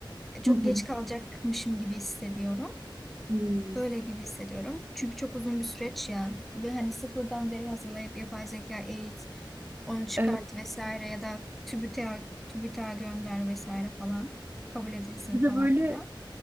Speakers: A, in the centre; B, on the right.
A: E, çok
B: hı hı.
A: geç kalacakmışım gibi hissediyorum.
B: Hmm.
A: öyle gibi hissediyorum. Çünkü çok uzun bir süreç ya. Ve hani sıfırdan veri hazırlayıp yapay zeka eğit, onu çıkart
B: Evet.
A: vesaire ya da TÜBİTAK'a TÜBİTAK'a gönder vesaire falan kabul edilsin
B: Bir
A: falan
B: de böyle
A: filan.